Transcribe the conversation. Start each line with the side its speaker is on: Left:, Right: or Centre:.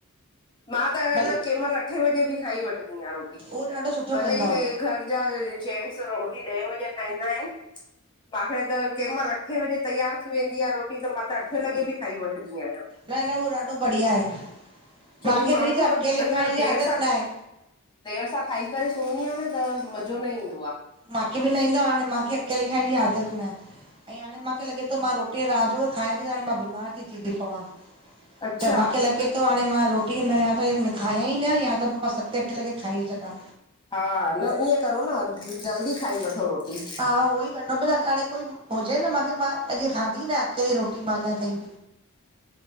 Left: मां त
Right: भई
Left: अ न कें महिल अठे वजे भी खाई वठंदी आ रोटी।
Right: उहो ॾाढो सुठो कंदा
Left: भले ई
Right: हो
Left: हे घर जा जेनस रोटी ॾे बजे खाईंदा आहिन। माखे त कें महिल अठे बजे तयार थी वेंदी आ रोटी त मां त अठे लॻे बि खाई वठंदी आहियां।
Right: न न उहो ॾाढो बढ़िया आहे। मांखे
Left: छोकी मां
Right: वरी छा
Left: खां
Right: अकेले
Left: हन
Right: खाइण जी आदत
Left: देर सां।
Right: न आहे
Left: देर सां खाई करे सुम्हंदी आहियां न त मज़ो न ईंदो आ।
Right: मांखे बि न ईंदो आ हाणे मांखे अकेले खाएण जी आदत न आहे ऐं हाणे मांखे लॻे थो मां रोटी टे राजू खे खाइ त हाणे मां बीमार ती थी पवां
Left: अच्छा
Right: त मांखे लॻे! त हाणे मां रोटी न या त खायां ई न या त पोइ मां सते अठे लॻे खाई सघां।
Left: हा न ईअं करो न जल्दी खाई वठो रोटी।
Right: हा उहो ई करनो पेंदो अॻया हाणे कोई हुजे मांखे मां अॼ खाधी न अकेली रोटी मां अञा ताईं।